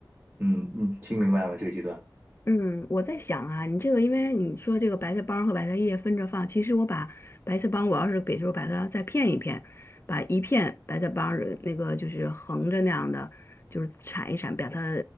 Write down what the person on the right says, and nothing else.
嗯，嗯，听明白吗？这个阶段？